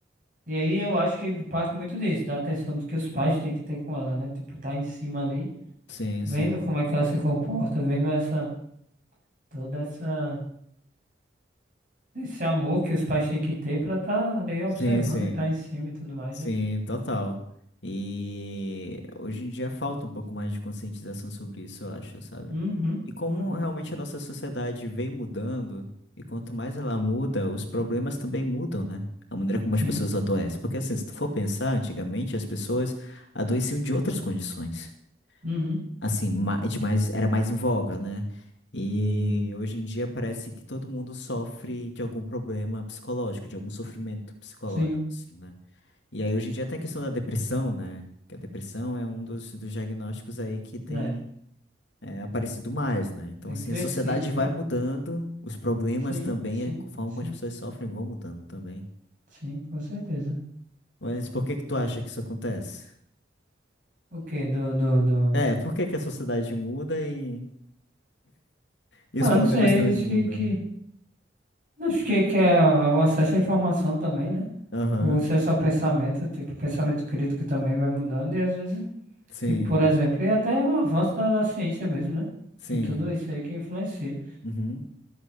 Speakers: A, on the right (about 45°); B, on the left (about 75°).
A: E aí eu acho que parte muito disso, da atenção que os pais têm que ter com ela, né? Tipo, tá em cima ali,
B: sim,
A: vendo
B: sim.
A: como é que ela se comporta, vendo essa, toda essa, esse amor que os pais têm que ter pra tá ali observando
B: Sim, sim.
A: e tá em cima e tudo mais,
B: Sim,
A: né?
B: total. E hoje em dia falta um pouco mais de conscientização sobre isso, eu acho, sabe?
A: Uhum,
B: E como
A: uhum,
B: realmente a nossa sociedade vem mudando, e quanto mais ela muda, os problemas também mudam, né? A maneira como
A: sim,
B: as pessoas adoecem. Porque assim, se tu for pensar, antigamente as pessoas adoeciam de outras condições.
A: uhum,
B: assim, ma- é de mais, era mais em voga, né? E hoje em dia parece que todo mundo sofre de algum problema psicológico, de algum sofrimento psicológico,
A: sim,
B: assim, né? E aí hoje em dia até a questão da depressão, né? Que a depressão é um dos, dos diagnósticos aí que tem
A: né?
B: é, aparecido mais, né? Então,
A: Tem
B: assim,
A: crescido,
B: a sociedade
A: né?
B: vai mudando, os problemas
A: Sim,
B: também,
A: sim,
B: a forma
A: sim,
B: como as pessoas sofrem vão mudando também.
A: sim, com certeza.
B: Mas por que que tu acha que isso acontece?
A: O quê? Do, do, do...
B: É, por que que a sociedade muda e, e
A: Ah,
B: os problemas
A: não sei,
B: também
A: acho
B: mudam?
A: que, que... Acho que, que é o acesso à informação também, né?
B: Aham,
A: O acesso ao pensamento, tipo, o pensamento crítico também vai mudando e às vezes,
B: sim.
A: tipo, por exemplo, e até o avanço da, da ciência mesmo, né?
B: Sim,
A: Tem tudo isso aí que influencia.
B: uhum,